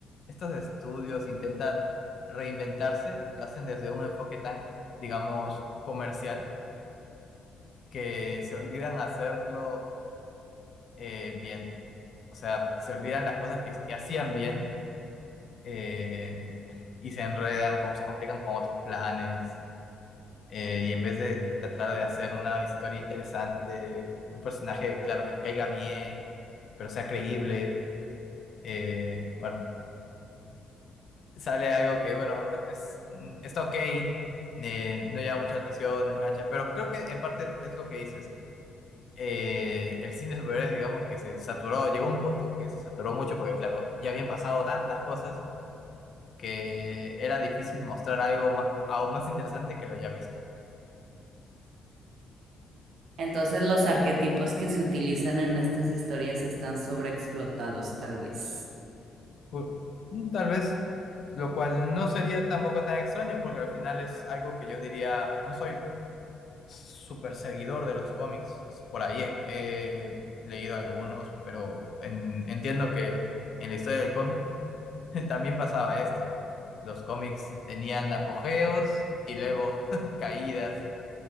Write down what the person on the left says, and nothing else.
estos estudios intentan reinventarse, lo hacen desde un enfoque tan, digamos, comercial, que se olvidan hacerlo eh, bien. O sea, se olvidan las cosas que hacían bien eh, y se enredan, como se complican con otros planes. eh, y en vez de tratar de hacer una historia interesante, un personaje, claro, que te caiga bien, pero sea creíble. eh, bueno, sale algo que, bueno, es, está ok, eh, no llama mucha atención, no engancha, pero creo que en parte es lo que dices. Eh, el cine de superhéroes, digamos que se saturó, llegó a un punto que se saturó mucho porque, claro, ya habían pasado tantas cosas que era difícil mostrar algo ma- aún más interesante que lo ya visto.
Pu- Tal vez, lo cual no sería tampoco tan extraño porque al final es algo que yo diría, no soy súper seguidor de los cómics. Por ahí he, he leído algunos, pero en- entiendo que en la historia del cómic <laughs> también pasaba esto. Los cómics tenían apogeos y luego <laughs> caídas,